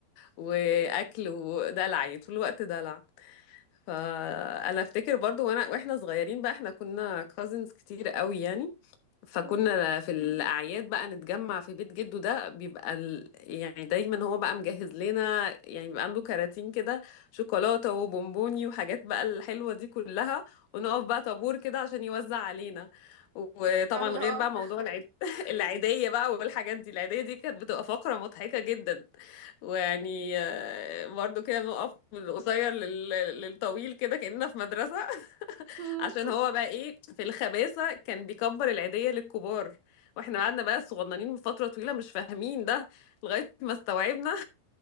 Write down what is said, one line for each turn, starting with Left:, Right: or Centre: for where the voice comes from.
Left: واكل ودلع يعني طول الوقت دلع فانا افتكر برضو وانا واحنا صغيرين بقى احنا كنا كازنز كتير قوي يعني فكنا
Right: مم.
Left: في الاعياد بقى نتجمع في بيت جده ده بيبقى ال... يعني دايما هو بقى مجهز لنا يعني بيبقى عنده كراتين كده شوكولاته وبونبوني وحاجات بقى الحلوه دي كلها ونقف بقى طابور كده عشان يوزع علينا وطبعا
Right: الله
Left: غير بقى موضوع العيد <laughs> العيديه بقى والحاجات دي العيديه دي كانت بتبقى فقره مضحكه جدا ويعني آه، برضه كده بنقف من القصير لل- للطويل كده كأننا في مدرسة <laughs>
Right: <laughs> مم.
Left: عشان هو بقى ايه في الخباثة كان بيكبر العيدية للكبار واحنا قعدنا بقى صغننين من فترة طويلة مش فاهمين ده لغاية ما استوعبنا